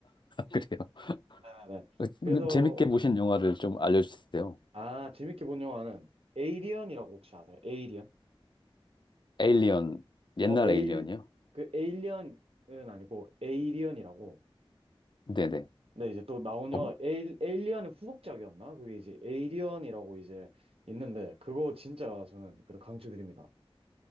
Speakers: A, on the left; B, on the right.
A: 그래요.
B: 네네
A: <laughs>
B: 그래서
A: 재밌게 보신 영화를 좀 알려주세요.
B: 아 재밌게 본 영화는 에이리언이라고 혹시 아세요? 에이리언?
A: 에일리언, 옛날
B: 어, 에일,
A: 에일리언이요?
B: 그 에일리언은 아니고 에이리언이라고.
A: 네네.
B: 네, 이제 또 나온
A: 어,
B: 영화 에일, 에일리언의 후속작이었나? 그게 이제 에이리언이라고 이제 있는데 그거 진짜 저는 그래도 강추드립니다.